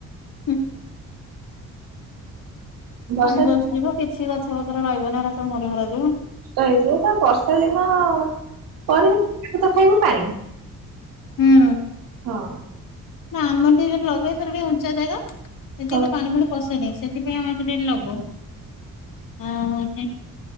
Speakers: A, on the left; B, on the right.
A: ହୁଁ।
B: ବର୍ଷା
A: ପାଣି
B: ନଷ୍ଟ
A: ପଶିଯିବ କିଛି ଗଛ ପତ୍ର ରହିବନି ହେରା ସବୁ ମରି ମୁରା ଯିବ।
B: ଷ୍ଟ ହେଇଯିବ ତ ବର୍ଷା ଦିନ ପରବିନ ତ ଖାଇବୁ ପାଣି।
A: ହୁଁ।
B: ହଁ।
A: ନା ଆମର ଟିକେ ଲଗେଇ ଥିଲୁ ଉଚା ଜାଗା ଏଠି
B: ହଁ।
A: ଏତେ ପାଣି ଫାଣି ପଶେନେଇ ସେଥିପାଇଁ ଆମ ଟିକେ ଲଗଉ। ଆଉ ହଉଛି